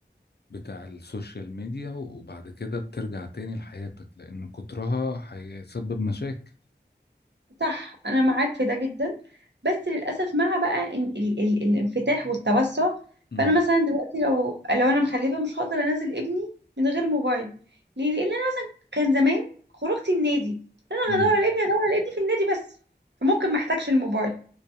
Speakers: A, on the left (about 65°); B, on the right (about 75°).
A: بتاع السوشيال ميديا وبعد كده بترجع تاني لحياتك لأن كترها هيسبب مشاكل
B: صح انا معاك في ده جدا بس للاسف مع بقى إن ال ال الانفتاح والتوسع
A: امم
B: فانا مثلا دلوقتي لو لو انا مخلفه مش هقدر انزل ابني من غير موبايل ليه لان انا كان زمان خروجتي النادي انا
A: امم
B: هدور على ابني هدور على ابني في النادي بس فممكن ما احتاجش الموبايل